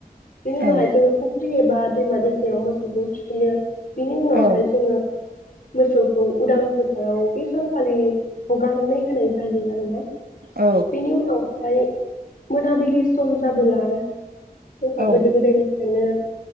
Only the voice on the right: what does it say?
औ
औ
औ
औ